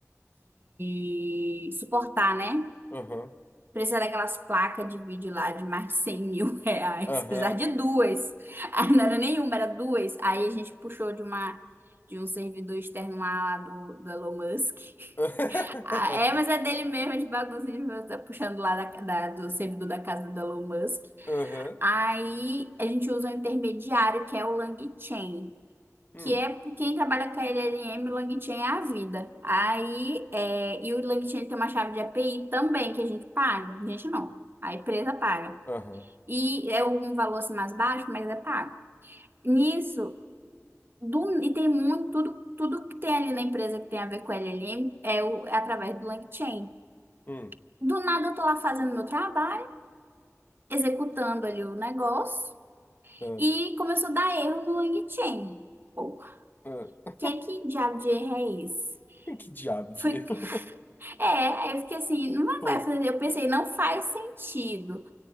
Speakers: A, on the right; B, on the left.
A: de suportar, né?
B: aham,
A: Precisar daquelas placas de vídeo lá de mais de 100 mil <laughs> reais.
B: aham.
A: Precisar de duas. Aí não era nenhuma, era duas. Aí a gente puxou de uma de um servidor externo lá, lá do, do Elon Musk.
B: <laughs>
A: Ah, É, mas é dele mesmo, de bagunça, de bagunça, tá puxando lá da, da- do servidor da casa do Elon Musk.
B: Aham.
A: Aí a gente usa um intermediário, que é o LangChain
B: Hum,
A: que é quem trabalha com a LLM, o LangChain é a vida. Aí, é, e o LangChain tem uma chave de API também que a gente paga. A gente não, a empresa paga.
B: aham,
A: E é um valor assim, mais baixo, mas é pago. Nisso, do- e tem muito, tudo, tudo que tem ali na empresa que tem a ver com LLM é, o, é através do LangChain.
B: hum,
A: Do nada eu tô lá fazendo meu trabalho, executando ali o negócio,
B: <laughs> ah,
A: e começou a dar erro no LangChain. Pô,
B: ah.
A: que que diabo de erro é esse?
B: Que diabo
A: Fui
B: de erro,
A: É, aí eu fiquei assim, não vai
B: <laughs> fofo.
A: fazer. Eu pensei, não faz sentido,